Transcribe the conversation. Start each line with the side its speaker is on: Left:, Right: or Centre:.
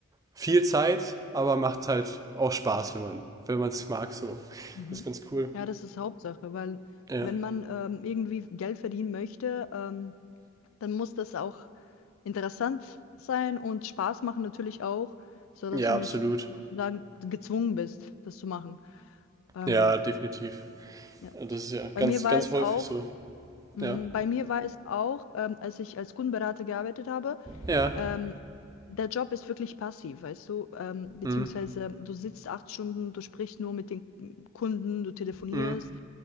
Right: viel Zeit, aber macht halt auch Spaß, wenn man, wenn man es mag, so.
Left: mhm.
Right: Das ist ganz cool.
Left: Ja, das ist Hauptsache, weil
Right: Ja,
Left: wenn man ähm, irgendwie Geld verdienen möchte, ähm, dann muss das auch interessant sein und Spaß machen natürlich auch, sodass
Right: ja,
Left: du
Right: absolut.
Left: nicht sozusagen gezwungen bist, das zu machen. Ähm,
Right: Ja, definitiv.
Left: ja.
Right: Äh, Das ist ja
Left: Bei
Right: ganz,
Left: mir war
Right: ganz
Left: es
Right: häufig
Left: auch,
Right: so.
Left: mm,
Right: Ja.
Left: bei mir war es auch, ähm, als ich als Kundenberater gearbeitet habe,
Right: Ja.
Left: Ähm, der Job ist wirklich passiv, weißt du? Ähm, beziehungsweise
Right: Mhm.
Left: du sitzt acht Stunden, du sprichst nur mit den Kunden, du telefonierst.
Right: Mhm.